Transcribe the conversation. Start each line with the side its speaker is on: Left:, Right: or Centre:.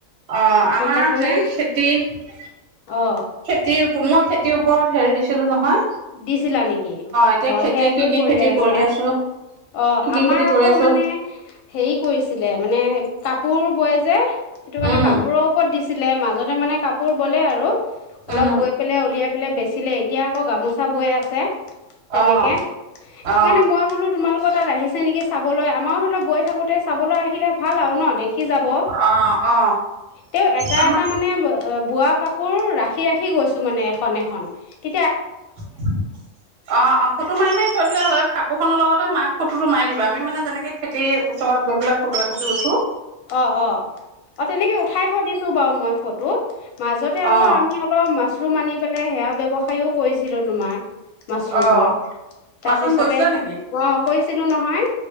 Right: অ' আমাৰ
Left: গম পাইছানে
Right: সেই খেতি খেতিৰ
Left: অ
Right: মই খেতিৰ ওপৰত হেৰি দিছিলো নহয়।
Left: দিছিলা নেকি
Right: এতিয়া
Left: অ
Right: খেতি
Left: সেইটোৱে
Right: কি কি
Left: কৰি
Right: খেতি
Left: আছা।
Right: আছো
Left: অ
Right: কি কি
Left: আমাৰ
Right: খেতি
Left: আকৌ
Right: কৰি আছো
Left: মানে হেৰি কৰিছিলে মানে কাপোৰ বয় যে সেইটো মানে
Right: উম
Left: কাপোৰৰ ওপৰত দিছি ছিলে মাজতে মানে কাপোৰ বলে আৰু। অলপ
Right: উম
Left: বৈ পেলাই উলিয়াই পেলাই বেচিলে এতিয়া আকৌ গামোচা চাবই আছে তেনেকে
Right: অ
Left: সেইকাৰণে
Right: অ
Left: মই বোলো তোমালোক তোমাৰ তাত আহিছে নেকি চাবলৈ আমাৰ ধৰি লক বৈ থাকোতে চাবলৈ আহিলে ভাল আৰু ন দেখি যাব
Right: অ অ
Left: তেওঁ এটা
Right: আমাৰ
Left: এটা মানে বোৱা কাপোৰ ৰাখি ৰাখি গৈছো মানে এসন এসন কি
Right: অ ফটো মাৰি মাৰি থৈ দিলে হত কাট কুখনৰ লগতে মাক ফটো মাৰি দিব আমি মানে যেনেকে খেতি ওচৰত গৈ পেলাই ফটো এক কপি <unintelligible>
Left: অ অ অ তেনেকে উঠাই থৈ দিছো বাউ মই ফটো মাজতে আকৌ
Right: অ
Left: আমি অলপ মাছ সেইটো মানি পেলাই সেয়া ব্যৱসায়ও কৰিছিলো তোমাৰ মাছৰুমৰ
Right: অ
Left: তাৰপিছতে
Right: মাছৰুম কৰিছিলা নেকি?
Left: ক কৈছিলোঁ নহয়